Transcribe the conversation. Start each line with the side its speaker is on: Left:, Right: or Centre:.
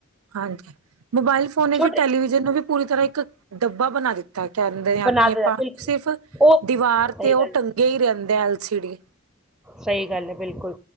Right: ਹਾਂਜੀ, ਮੋਬਾਇਲ ਫੋਨ ਨੇ
Centre: ਛੋਟੇ
Right: ਟੈਲੀਵਿਜ਼ਨ ਨੂੰ ਵੀ ਪੂਰੀ ਤਰ੍ਹਾਂ ਇੱਕ ਡੱਬਾ ਬਣਾ ਦਿੱਤਾ, ਕੈੰਹਦੇ ਆਂ
Centre: ਬਣਾ
Right: ਕਿ ਅਪਾਂ
Centre: ਦੇ ਬਿਲਕੁਲ
Right: ਸਿਰਫ
Centre: ਉਹ
Right: ਦੀਵਾਰ
Centre: ਸਹੀ
Right: ਤੇ ਓਹ
Centre: ਗੱਲ
Right: ਟੰਗ
Centre: ਹੈ
Right: ਗੇ ਈ ਰੈੰਹਦੇ, ਐਲ ਸੀ ਡੀ।
Centre: ਸਹੀ ਗੱਲ ਹੈ ਬਿਲਕੁਲ,